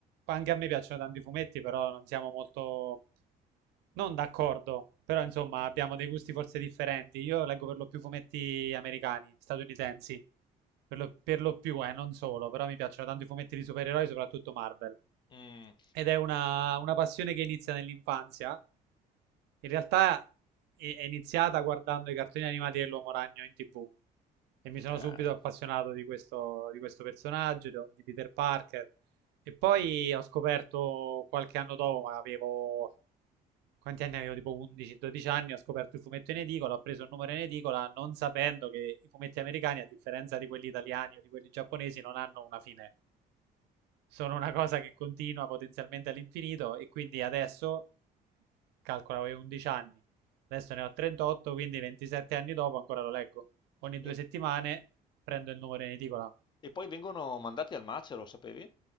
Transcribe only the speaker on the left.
Mm,
eh,
E
E poi vengono mandati al macero, sapevi?